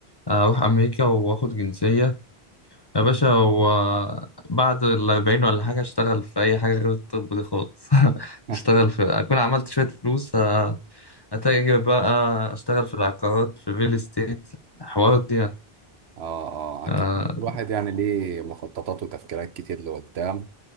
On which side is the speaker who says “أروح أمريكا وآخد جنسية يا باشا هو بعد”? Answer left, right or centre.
Left